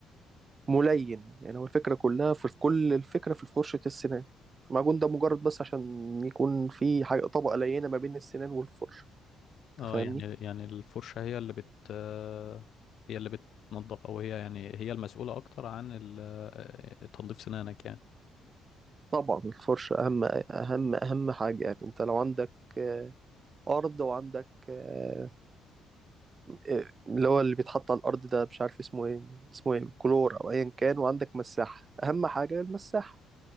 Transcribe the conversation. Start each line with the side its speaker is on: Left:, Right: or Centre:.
Right: ملين يعني هو الفكرة كلها في في كل الفكرة في فرشة السنان المعجون ده مجرد بس عشان يكون في حاجة طبقة لينة ما بين السنان والفرشة انت
Left: اه
Right: فاهمني؟
Left: يعني يعني الفرشة هي اللي بت آه، هي اللي بتنظف او هي يعني هي المسؤولة اكتر عن ال- آه، تنظيف سنانك يعني
Right: طبعا الفرشة أهم أهم أهم حاجة يعني أنت لو عندك آه، أرض وعندك آه، إيه، اللي هو اللي بيتحط على الأرض ده مش عارف اسمه ايه اسمه ايه كلور أو أيا كان وعندك مساحة أهم حاجة المساحة